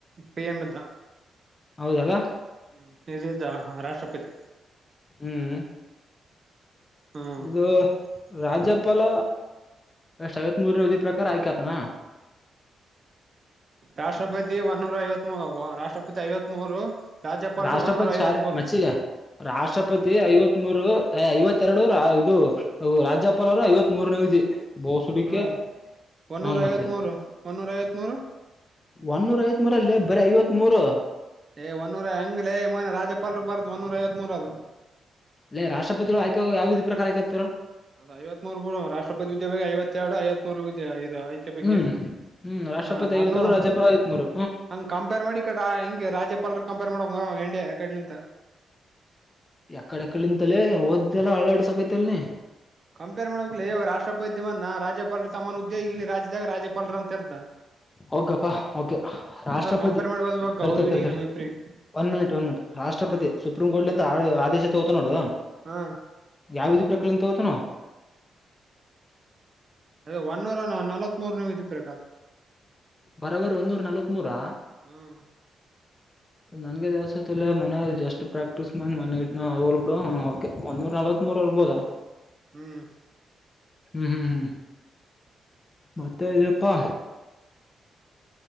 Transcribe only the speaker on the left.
ಹೌದಲ್ಲ
ಹ್ಮ್
ಇದು ರಾಜ್ಯಪಾಲ ಅ್ ಸಐವತ್ತ್ ಮೂರನ ವಿಧಿ ಪ್ರಕಾರ ಆಯ್ಕತನಾ
ರಾಷ್ಟ್ರಪತಿ
ಸಾರಿ
ಮಚ್ಚಿ ರಾಷ್ಟ್ರಪತಿ ಐವತ್ ಮೂರು ಐವತ್ತ ಎರಡು ರ ಇದು ಹ ರಾಜ್ಯಪಾಲ ಅವರು ಐವತ್ ಮೂರನೇ ವಿಧಿ ಬೋಸ್ ಹುಡುಕೆ
ಹ ಮತ್ತೆ
ಒಂದೂರ್ ಐತ್ ಮರ ಅಲ್ಲಿ ಬರ ಐವತ್ ಮೂೂರು
ಅಲ್ಲ ರಾಷ್ಟ್ರಪತಿಗಳು ಆಯ್ಕಾಗ ಯಾವೀ ಪ್ರಕಾರ ಆಯ್ಕತ
ಹ್ಮ್ ಹ್ಮ್ ರಾಷ್ಟ್ರಪತಿ
ಐವರು ರಾಜ್ಯಪಾಲ ಐವತ್ನರು
ಎಕಡೆ ಎಕಡಂತಲೆೇ ಓದ್ದಲ್ಲಾ ಅಳ್ಳಾಡ್ ಸಾಕೈತಿಲ್ನ
ಹೋಗಪ್ಪಾ ಓಕೆ ರಾಷ್ಟ್ರಪತಿ
ತರ್ತಾರೆ
ತರತಾರೆ
ಒನ್ ಮಿನಿಟ್ ಒನ್ ಮಿನಿಟ್ ರಾಷ್ಟ್ರಪತಿ
ಸುಪ್ರೀಂಕೂರ್ಟ್
ಅಂತ ಆದೇಶತೆ ಅತನಡ
ಯಾವ ಬುದು ಪ್ರಕರಣಂತ ತತ ನ
ಬರಬರು ಒನ್ನೂರ ನಲ್ವತ್ ಮೂರಾ
ನನ್ಗೆ ದವಸತ್ ಇಲ್ಲ ಮನ ಜಸ್ಟ್ ಪ್ರಾಕ್ಟೀಸ್ ಮಾಡಿ ಮನೆಟ್ನ ಹೋಗ್ಬ ಬಿಡುೆ ಒಂದೂರ್ ನಲ್ವ ಇತ್ಮರವರ್ಬೋದಾ
ಹ್ಮ್ ಹ್ಮ್ ಹ್ಮ್ ಮತ್ತೆ ಇದ್ಯಪ್ಪಾ